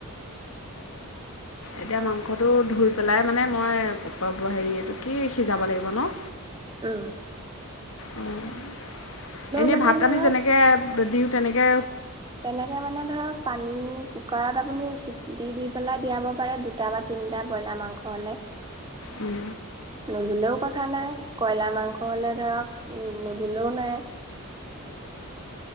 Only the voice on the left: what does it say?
এতিয়া মাংসটো ধুই পেলাই মানে মই হেৰি এইটো কি সিজাব লাগিব ন
উম এনেই
ভাত
আমি যেনেকে দিওঁ তেনেকে
উম